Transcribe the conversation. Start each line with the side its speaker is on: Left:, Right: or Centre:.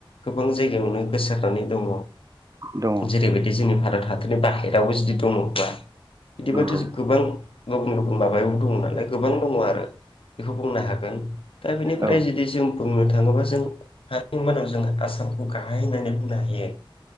Left: गोबां जायगायावनो गोसारनानै दङ
Right: दङ
Left: जेरैबायदि जोंनि भारत हादरनि बाहेरायावबो जुदि दङब्ला बिदिथ'
Right: नंगौ
Left: गोबां गुबुन गुबुन माबायाव दङ नालाय गोबां दङ आरो बेखौ बुंनो हागोन दा बेनिफ्राय
Right: औ
Left: जुदि जों बुंनो थाङोब्ला जों हारिु <unintelligible> मादाव जों आसामखौ गाहाय होननानै बुंनो हायो